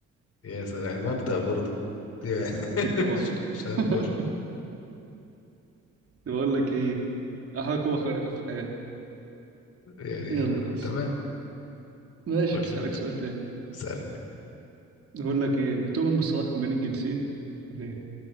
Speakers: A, on the left; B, on the right.
A: يا سلام المبدأ برضه يا- <laughs>
B: اكيد طبعا
A: مش مش
B: <laughs>
A: عارف اقول
B: بقول لك ايه احلى قوة خارقة في الحياة
A: يعني
B: يلا أس...
A: تمام
B: ماشي
A: قول
B: اسألك
A: لي
B: سؤال تاني
A: اسألني
B: بقول لك ايه بتؤمن بالصداقة بين الجنسين ولا ايه؟